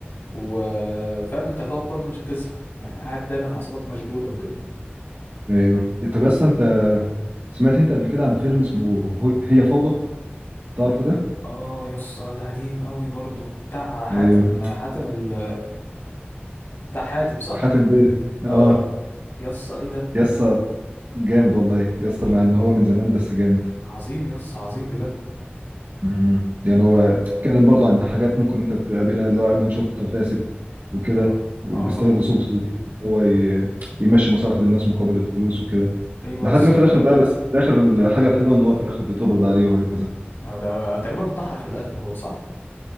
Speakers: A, on the left (about 75°); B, on the right (about 50°).
A: و... وفاهم انت هتقعد برضو مش هتزهق يعني قاعد دايما اعصابك مشدوده وكده
B: ايوه طب بس انت سمعت انت قبل كده عن فيلم اسمه هو- هي فوضى تعرفه ده
A: اه يا اسطى ده قديم قوي برضه بتاع حاتم
B: ايوه
A: حاتم ال بتاع حاتم صح
B: حاتم بيه اه
A: اه يا اسطى ايه ده
B: يا اسطى جامد والله يا اسطى
A: ج-
B: مع ان هو من زمان بس جامد
A: عظيم يا اسطى عظيم بجد
B: امم يعني هو اتكلم برضه عن حاجات ممكن انت تقابلها اللي هو امين شرطه فاسد وكده
A: اه
B: وبيستغل
A: اه
B: سلطته دي إن هو ي- يمشي مصالح للناس مقابل الفلوس وكده
A: ايوه
B: لحد
A: يا اسطى
B: ما في الاخر بقى بس في الاخر الحاجه الحلوه ان هو في الاخر بيتقبض عليه وهكذا
A: آه، ده تقريبا انتحر في الاخر هو صح